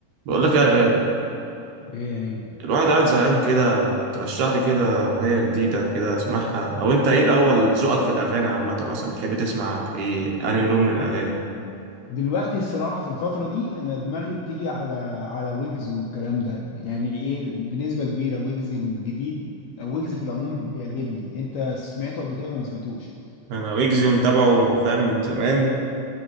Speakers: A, on the right; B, on the left.
A: بقول لك إيه يا غالي
B: يعني
A: الواحد قاعد زهقان كده ما ترشح لي كده اغنيه جديده كده اسمعها او انت ايه الاول ذوقك في الاغاني عامه اصلا بتحب تسمع ايه انهي لون من الاغاني
B: دلوقتي الصراحة في الفترة دي أنا دماغي بتيجي على على ويجز والكلام ده يعني إيه بنسبة كبيرة ويجز الجديد أو ويجز في العموم بيعجبني أنت سمعته قبل كده ولا ما سمعتوش؟
A: انا ويجز متابعه فاهم من زمان